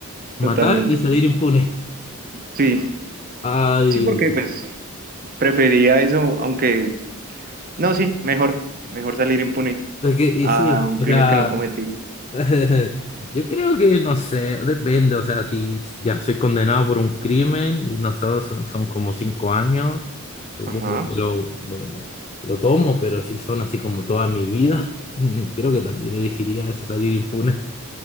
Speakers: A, on the left (about 30°); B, on the right (about 40°).
A: Matar
B: totalmente.
A: y salir impune.
B: Sí,
A: Ay,
B: sí, porque pues preferiría eso, aunque no, sí, mejor, mejor salir impune
A: es que, y
B: a
A: sí,
B: un crimen
A: o sea,
B: que no cometí.
A: <laughs> yo creo que, no sé, depende, o sea, si ya soy condenado por un crimen y no sé, son, son como cinco años, supongo
B: Ajá,
A: que lo, lo, lo tomo, pero si son así como toda mi vida, <laughs> creo que también elegiría eso, salir impune.